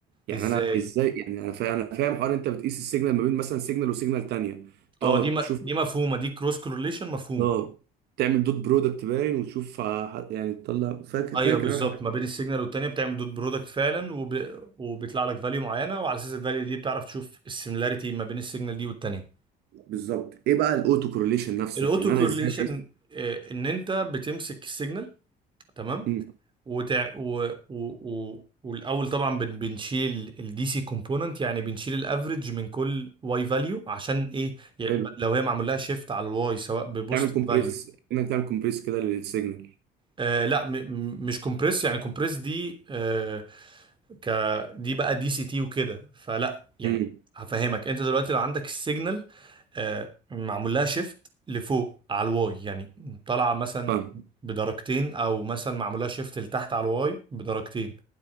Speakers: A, on the right (about 75°); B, on the right (about 30°).
A: يعني
B: ازاي
A: انا ازاي يعني انا فاهم انا فاهم حوار انت بتقيس السيجنال ما بين مثلا سيجنال وسيجنال تانية
B: اه
A: تقعد
B: دي م-
A: تشوف <laughs>
B: دي مفهومه دي كروس كورليشن مفهومه
A: اه تعمل دوت برودكت باين وتشوف ه- يعني تطلع فاكر
B: ايوه
A: فاكر
B: بالظبط
A: انا حاجة-
B: ما بين السيجنال والتانية بتعمل دوت برودكت فعلا وب... وبيطلع لك فاليو معينه وعلى اساس الفاليو دي بتعرف تشوف السيميلاريتي ما بين السيجنال دي والتانية
A: بالظبط ايه بقى الاوتو كورليشن نفسه
B: الاوتو
A: يعني
B: كورليشن
A: انا ازاي بقيس
B: ان انت بتمسك السيجنال تمام
A: امم
B: وتع... و... و... و... والاول طبعا بن... بنشيل الدي سي كومبوننت يعني بنشيل الافريج من كل واي فاليو عشان ايه يعني
A: حلو
B: لو هي معمول لها شيفت على الواي سواء ببوست
A: تعمل كومبريس
B: فاليو
A: انك تعمل كومبريس كده للسيجنال
B: آه لا م... م- مش كومبريس يعني كومبريس دي آه، ك دي بقى دي سي تي وكده فلا يعني
A: امم
B: هفهمك انت دلوقتي لو عندك السيجنال آه، معمول لها شيفت لفوق على الواي يعني طالعه مثلا
A: فاهم
B: بدرجتين او مثلا معمول لها شيفت لتحت على الواي بدرجتين